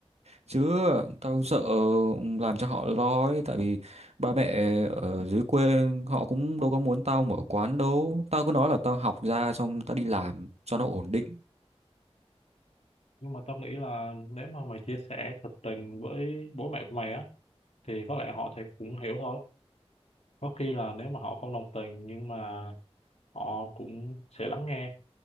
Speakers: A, on the right; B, on the left.
A: Chứ tao sợ làm cho họ lo ấy. Tại vì ba mẹ ở dưới quê họ cũng đâu có muốn tao mở quán đâu. Tao cứ nói là tao học ra xong tao đi làm cho nó ổn định.
B: Nhưng mà tao nghĩ là nếu mà mày chia sẻ thật tình với bố mẹ của mày á thì có lẽ họ sẽ cũng hiểu thôi có khi là nếu mà họ không đồng tình nhưng mà họ cũng sẽ lắng nghe